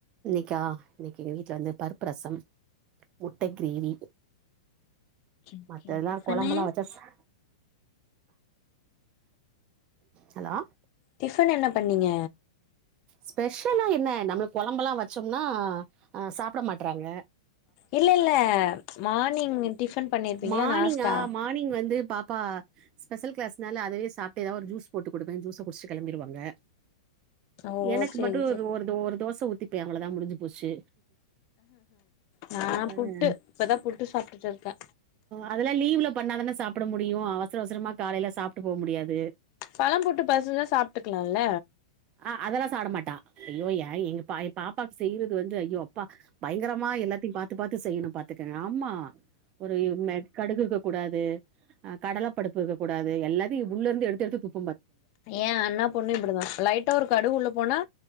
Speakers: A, on the right; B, on the left.
A: க்கா இன்னைக்குங்க வீட்டுல வந்து பருப்பு ரசம் முட்ட
B: ஓகே
A: கிரேவி
B: ஓகே
A: மத்ததெல்லாம்
B: டிஃபனு
A: குழம்பெலாம் வச்சாச்சா ஹலோ
B: டிஃபன் என்ன பண்ணீங்க
A: ஸ்பெஷலா என்ன நம்ம குழம்பல்லாம் வச்சோம்னா அ சாப்பட மாட்டறாங்க
B: இல்ல இல்ல மார்னிங் டிஃபன் பண்ணிருப்பீங்கல்லே
A: மார்னிங்கா
B: நாஸ்டா
A: மார்னிங் வந்து பாப்பா ஸ்பெஷல் கிளாஸ்னால அதவே சாப்ட்டு ஏதாவது ஒரு ஜூஸ் போட்டு கொடுப்பேன் ஜூஸை குடிச்சு கிளம்பிடுவாங்க
B: ஓ
A: எனக்கு
B: சேரி
A: மட்டும்
B: சேரி
A: ஒரு ஒரு தோசை ஊத்திப்ப அவ்ள தான் முடிஞ்சு போச்சு
B: நா
A: அவ்ளோதா
B: புட்டு இப்பதா புட்டு சாப்டுட்டு இருக்கே
A: அதெல்லா லீவ்ல பண்ணாதானே சாப்ட மோத் எப்பயு அவசர அவசரமா காலையி சாப் டு போ முடியாது
B: பழம் போட்டு பசிச்சா சாப்ட்டுக்கலாம்ல
A: ஆ அதெல்லா சாப்பட மாட்டா ஐயோ ஏன் எங்க பா என் பாப்பாவுக்கு செய்யறது வந்து ஐயோ அப்பா பயங்கரமா எல்லாத்தையு பாத் பாத்து பாத்து செய்யணு பாத்துக்கங்க ஆமா ஒரு மெட் கடுகுக்கு கூடாது கடல பருப்பு இருக்கக்க கூடாது எல்லத்தையு உள்ள இருந்து எடுத்து எடுத்து துப்
B: ஏன் அண்ணா பொண்ணு இப்படிதா லைட்டா ஒரு கடுவு உள்ள போனா